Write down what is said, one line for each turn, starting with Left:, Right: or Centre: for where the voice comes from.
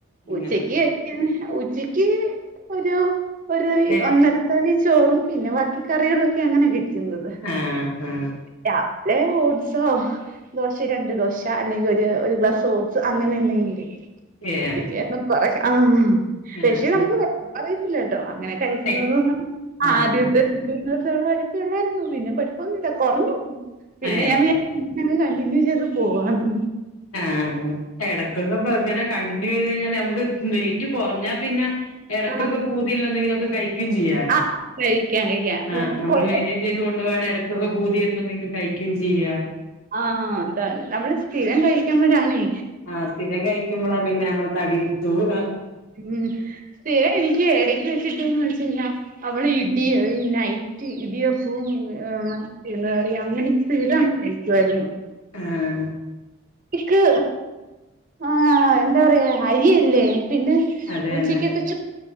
Left: അങ്ങനെ
Right: ഉച്ചയ്ക്ക് കഴിക്ക്ണ് ഉച്ചയ്ക്ക് ഒരു ഒരു തവി
Left: ഏഹ്
Right: ഒന്നര- തവി ചോറും പിന്നെ ബാക്കി കറികളുക്കെ അങ്ങനെ കഴിക്കുന്നത്
Left: ആഹ് ആഹ്
Right: രാവി ലേ <unintelligible> ഓടി സോ ദോശ രണ്ട് ദോശ അല്ലെങ്കിൽ ഒരു ഒരു ഗ്ലാസ് ഓട്സ് അങ്ങനെ എന്തെങ്കില്.
Left: ഏഹ്
Right: പിന്നെ ഒന്നും കൊറക്ക ആഹ്
Left: ആഹ്
Right: പക്ഷെ നമുക്ക് അറിയത്തില്ല കേട്ടോ അങ്ങനെ കഴിക്കുന്നത്
Left: ഏഹ്
Right: പറഞ്
Left: ആഹ്
Right: ആദ്യ <unintelligible> ത്തെത് ദിവസെ ഉള്ളെ വഴക്കെ ഉള്ളായിരുന്നു പിന്നെ കൊഴപ്പൊന്നുല്ല കൊറഞ്ഞു പിന്നെ
Left: ഏഹ്
Right: ഞാൻ വിചാ ഇങ്ങനെ കണ്ടിന്യൂ ചെയ്ത് പോവാറുള്ളൂ
Left: ആഹ് എടക്കൊക്കെ ഇപ്പ ഇങ്ങനെ കണ്ടിന്യൂ ചെയ്ത് കഴിഞ്ഞാലെ നമ്മുക്ക് വെയയിറ്റ് കൊറഞ്ഞാ പിന്നെ എടക്കൊക്കെ
Right: ആ
Left: പൂതിയുള്ള എന്തെങ്കിലും ഒക്കെ കഴിക്കയും ചെയ്യാലോ
Right: ആ കഴിക്കാം കഴിക്കാം
Left: ആഹ്
Right: ഉം
Left: നമ്മള്
Right: കൊഴപ്പ
Left: മെയിൻ ചെയ്ത് കൊണ്ട് പോകണങ്കിൽ എടക്കൊക്കെ പൂതിവരുമ്പോ എന്തെങ്കിലും കഴിക്കും ചെയ്യാ.
Right: ആഹ് അതാണ് നമ്മള് സ്ഥിരം കഴിക്കുമ്പഴാണേ
Left: ആഹ് സ്ഥിരം കഴിക്കുമ്പോളാ പിന്നെ നമ്മള് തടി വച്ചു പോകും
Right: ഉം പി <unintelligible> ന്നെ എനിക്കേ ഇടക്ക് വെച്ചിട്ടൊന്ന് വച്ച കഴിഞ്ഞാ അവള് ഇടിയായി ഈ നൈറ്റ് റ്റ് ഇടിയപ്പവും <unintelligible> കറി അങ്ങനെ സ്ഥിരം അങ്ങ് കഴിക്കുവായിരുന്നു.
Left: ആഹ്
Right: ഇക്ക് ഏഹ് എന്താ പറയാ അരിയല്ലേ പിന്നെ
Left: അതെ
Right: ഉച്ചക്കക്കെ
Left: അതെ